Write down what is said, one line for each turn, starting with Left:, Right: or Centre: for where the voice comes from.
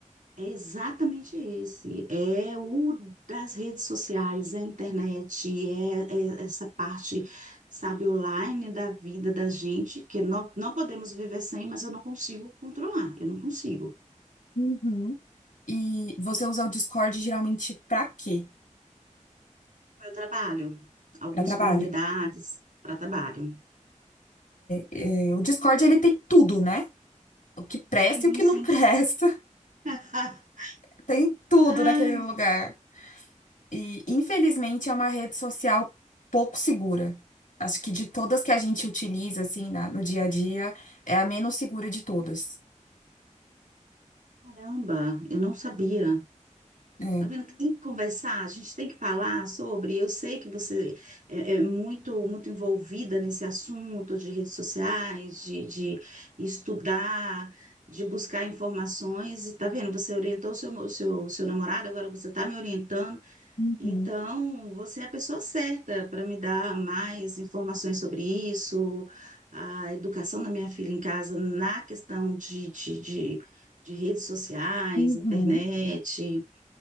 Right: É exatamente esse. É o das redes sociais, é a internet, é, é essa parte, sabe, online da vida da gente, que não, não podemos viver sem, mas eu não consigo controlar, eu não consigo.
Left: Uhum. E você usa o Discord geralmente pra quê?
Right: Meu trabalho, algumas
Left: Pra trabalho.
Right: comunidades para trabalho.
Left: É, o Discord, ele tem tudo, né? o que presta
Right: Sim,
Left: e o que
Right: sim.
Left: não presta.
Right: <laughs>
Left: <laughs> Tem tudo
Right: Ai,
Left: naquele lugar. E, infelizmente, é uma rede social pouco segura. Acho que de todas que a gente utiliza, assim, na- no dia a dia, é a menos segura de todas.
Right: caramba, eu não sabia.
Left: É.
Right: Tá vendo que tem que conversar, a gente tem que falar sobre. Eu sei que você é, é muito muito envolvida nesse assunto de redes sociais, de, de estudar, de buscar informações. E tá vendo? Você orientou o seu, o seu, o seu namorado, agora você está me orientando.
Left: Uhum,
Right: Então, você é a pessoa certa para me dar mais informações sobre isso. A educação da minha filha em casa na questão de, de, de de redes sociais,
Left: uhum.
Right: internet.